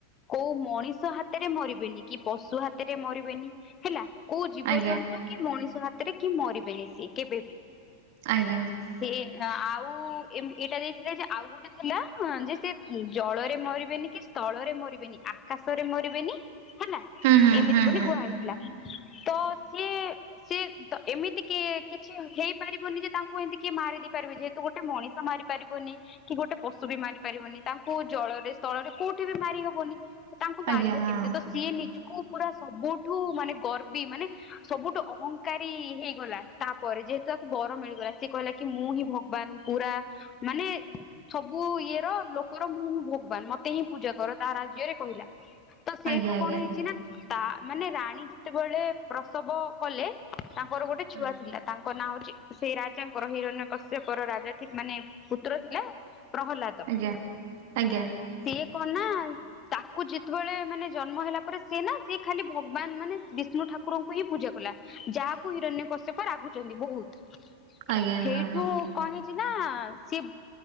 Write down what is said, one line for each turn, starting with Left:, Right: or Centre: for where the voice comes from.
Left: କୋଉ ମଣିଷ ହାତରେ ମରିବେନି, କି ପଶୁ ହାତରେ ମରିବେନି। ହେଲା। କୋଉ ଜୀବଜନ୍ତୁ
Right: ଆଜ୍ଞା
Left: କି ମଣିଷ ହାତରେ କି ମରିବେନି ସିଏ କେବେ ବି।
Right: ଆଜ୍ଞା।
Left: ସେ ଆଉ ଏଇଟା ଦେଇଥିଲେ ଯେ ଆଉ ଗୋଟେ ଥିଲା ଯେ ସେ ଜଳରେ ମରିବେନି କି ସ୍ଥଳରେ ମରିବେନି। ଆକାଶରେ ମରିବେନି ହେଲା।
Right: ହୁଁ ହୁଁ
Left: ଏମିତି
Right: ହୁଁ
Left: ବୋଲି
Right: ହୁଁ
Left: କୁହାହେଇଥିଲା। ତ ସିଏ ସିଏ ତ ଏମିତି କି କିଛି ହେଇ ପାରିବନି ଯେ ତାଙ୍କୁ ଏମତି କି ମାରି ଦେଇପାରିବେ ଯେହେତୁ ଗୋଟେ ମଣିଷ ମାରି ପାରିବନି। କି ଗୋଟେ ପଶୁ ବି ମାରି ପାରିବନି। ତାଙ୍କୁ ଜଳରେ ସ୍ଥଳରେ କୋଉଠି ବି ମାରି ହବନି। ତ ତାଙ୍କୁ ମାରିବ
Right: ଆଜ୍ଞା ହଁ
Left: କେମିତି
Right: ହଁ
Left: ତ ସିଏ ନିଜୁ କୁ ପୁରା ସବୁଠୁ ମାନେ ଗର୍ବି ମାନେ ସବୁଠୁ ଅହଙ୍କାରୀ ହେଇଗଲା। ତାପରେ ଯେହେତୁ ତାକୁ ବର ମିଳିଗଲା। ସିଏ କହିଲା କି ମୁଁ ହିଁ ଭଗବାନ। ପୁରା ମାନେ ସବୁ ଇଏର ଲୋକର ମୁଁ ହିଁ ଭଗବାନ। ମତେ ହିଁ ପୂଜା କର, ତା ରାଜ୍ୟରେ କହିଲା। ତ ସେଇଠୁ
Right: ଆଜ୍ଞା ଆଜ୍ଞା।
Left: କଣ ହେଇଚି ନା ତା ମାନେ ରାଣୀ ଯେତେବେଳେ ପ୍ରସବ କଲେ ତାଙ୍କର ଗୋଟେ ଛୁଆ
Right: ହୁଁ
Left: ଥିଲା। ତାଙ୍କ ନା ହଉଚି ସେଇ ରାଜାଙ୍କର ହିରଣ୍ୟ କଶ୍ୟପର ରାଜା ଥି ମାନେ ପୁତ୍ର ଥିଲା ପ୍ରହ୍ଲାଦ।
Right: ଆଜ୍ଞା ଆଜ୍ଞା
Left: ସିଏ କଣ ନା ତାକୁ ଯେତେବେଳେ ମାନେ ଜନ୍ମ ହେଲା ପରେ ସେ ନା ସିଏ ଖାଲି ଭଗବାନ ମାନେ ବିଷ୍ଣୁ ଠାକୁରଙ୍କୁ ହିଁ ପୂଜା କଲା। ଯାହାକୁ ହିରଣ୍ୟକଶ୍ୟପ ରାଗୁଛନ୍ତି ବହୁତ୍।
Right: ଆଜ୍ଞା
Left: ହେଇଠୁ
Right: ହଁ ହଁ
Left: କଣ ହେଇଛି ନା ସିଏ